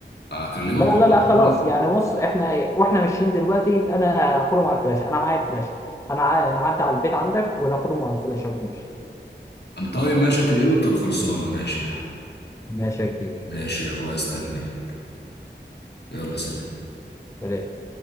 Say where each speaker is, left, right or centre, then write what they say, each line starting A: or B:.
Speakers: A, on the left; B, on the left.
A: اكلمك
B: لا لا
A: وابعتهم
B: لا خلاص
A: لك
B: يعني بص احنا واحنا ماشيين دلوقتي انا هخرم على الفلاش انا معايا الفلاش انا ع- نعدي على البيت عندك ونخرم على الفلاش ونمشي
A: طيب ماشي هتنقلهم طب خلصانه ماشي يا عم
B: ماشي يا كبير
A: ماشي يا اخويا استناك يلا سلام
B: سلام.